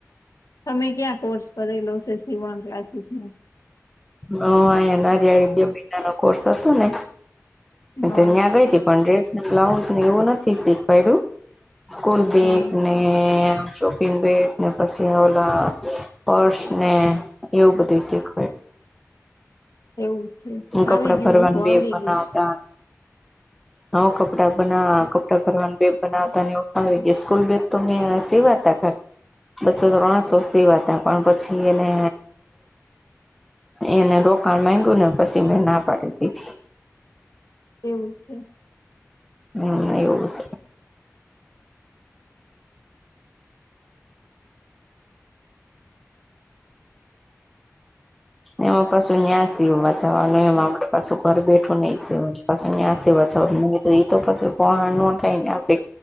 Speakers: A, on the left; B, in the centre.
A: તમે ક્યાં કોર્સ કરેલો છે સવાન ક્લાસીસ ન
B: હ અહીંયા નરિયાળી બે મહિના ન કોર્સ હતો ને
A: હા
B: ત્યાં ગઈ હતી પણ ડ્રેસ ને બ્લાઉઝ ને એવું નથી શીખવાયલું સ્કૂલ બે
A: હા
B: એકને શોપિંગ બે ને પછી ઓલા પર્સ ને એવું બધિવ શીખ
A: એવું છે
B: કપડા
A: આવી ગયું
B: ભરવાનું
A: બધું
B: બે
A: આવડી ગયું
B: નાતા હ કપડાં બના કપડાં ભરવાનું બેગ બનાવતા નેાવ ગયા સ્કૂલ બેગ તોને સેવાતા ખર બસો ત્રણસો સીવા હતા પણ પછી એને એને રોકાણ માંગ્યું ને પછી મેં ના પાડી દીધી
A: એવું છે
B: હ યોગસ એમાં પાછું ન્યાં સીવવા જવાનું એમ આપે પાછું ઘર બેઠું નહીિ સીવાય પા ં સવા ન એ તો પી ન થાય ને આપે